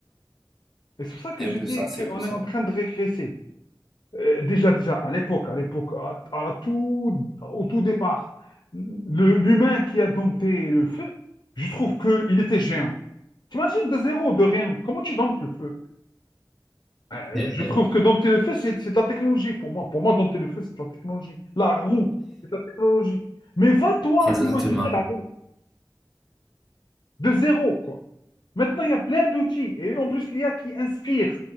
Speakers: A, on the left; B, in the centre.
A: Et c'est pour ça que
B: C'est
A: je
B: un peu
A: dis
B: ça, c'est
A: qu'on
B: un peu ça.
A: est en train de régresser. Euh, déjà, déjà, à l'époque, à l'époque, à, à la tout, au tout départ, le- l'humain qui a dompté le feu, je trouve qu'il était géant. T'imagines de zéro, de rien. Comment tu domptes le feu? Euh,
B: <laughs>
A: je trouve que dompter le feu, c'est c'est de la technologie pour moi. Pour moi, dompter le feu, c'est de la technologie. La roue, c'est de la technologie. Mais va toi
B: Exactement.
A: imaginer la roue de zéro, quoi. Maintenant, il y a plein d'outils. Et en plus, l'IA qui inspire.